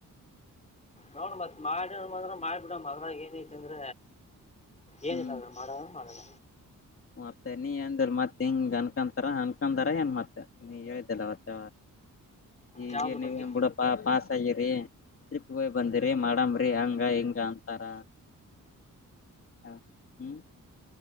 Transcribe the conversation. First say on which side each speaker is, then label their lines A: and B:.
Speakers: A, on the left (about 20°); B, on the left (about 40°).
A: ನೋಡ ಮತ್ ಮಾಡುನು ಅಂದ್ರ ಮಾಡಿ ಬಿಡಮ ಅದ್ರಾಗ ಏನ ಐತೆ ಅಂದ್ರ ಏನಿಲ್ಲ
B: ಹ್ಮ್
A: ಅದ್ರ ಮಾಡನ ಅಂದ್ರ ಮಾಡನ.
B: ಮತ್ತೆ ನೀ ಎಂದಲ್ ಮತ್ ಹಿಂಗ್ ಅನ್ಕಂತಾರ ಅನ್ಕಂತಾರ ಏನ್ ಮತ್ತೆ ನೀ ಹೇಳಿದ್ದಿಲ್ಲ ಅವತ್ತ. ಈಗೆ
A: ಯಾವ್ದ್ರ
B: ನೀವ
A: ಬಗ್ಗೆ
B: ಎನ್ಬುಡ ಪ ಪಾಸ್ ಆಗಿರಿ. ಟ್ರಿಪ್ ಹೋಗ್ ಬಂದಿರಿ ಮಾಡಮ್ರರಿ ಹಂಗ ಹಿಂಗ ಅಂತಾರ. ಹಾ ಹ್ಮ